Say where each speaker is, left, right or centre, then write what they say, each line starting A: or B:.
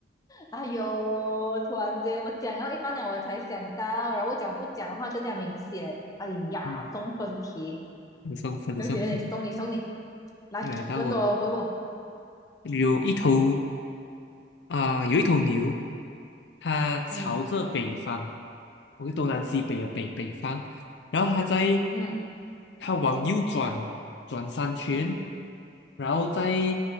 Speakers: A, on the left; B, on the left.
A: 哎呦，突然间我讲到一半了，我才想到，然后我讲不讲的话更加明显。哎呀，
B: 嗯，
A: 送分题，
B: 有上分的上分。
A: 有几姐，你送你送你，来问我问我，
B: 来到我有一头啊、有一头牛，它朝着北方
A: 嗯
B: 我 k 东南西北的北北方，然后它在
A: 嗯，
B: 它往右转转三圈，然后再